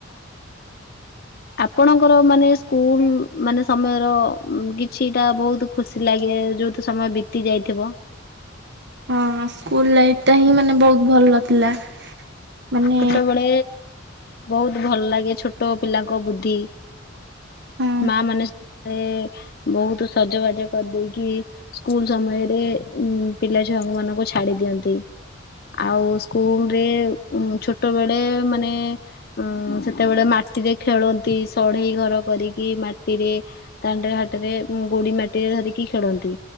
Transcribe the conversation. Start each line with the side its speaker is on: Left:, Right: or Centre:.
Left: ଆପଣଙ୍କର ମାନେ ସ୍କୁଲ ମାନେ ସମୟର କିଛିଟା ବହୁତ ଖୁସି ଲାଗେ ଯୋଉ ଟି ସମୟ ବିତି ଯାଇଥିବ।
Right: ହଁ ସ୍କୁଲ ଲାଇଫ ଟା ହିଁ ମାନେ ବହୁତ ଭଲ ଥିଲା। ମାନେ
Left: ଛୋଟବେଳେ ବହୁତ ଭଲ ଲାଗେ ଛୋଟ ପିଲାଙ୍କ ବୁଦ୍ଧି।
Right: ହଁ
Left: ମା ମାନେ ରେ ବହୁତ ସଜବାଜ କରିଦେଇକି ସ୍କୁଲ ସମୟରେ ଉ ପିଲା ଛୁଆଙ୍କୁ ମାନଙ୍କୁ ଛାଡି ଦିଅନ୍ତି। ଆଉ ସ୍କୁଲ ରେ ଉଁ ଛୋଟ ବେଳେ ମାନେ ଉଁ ସେତେବେଳେ ମାଟିରେ ଖେଳନ୍ତି ସଢେଇ ଘର କରିକି ମାଟିରେ ଦାଣ୍ଡରେ ହାଟରେ ଗୋଡି ମାଟିରେ ଧରିକି ଖେଳନ୍ତି।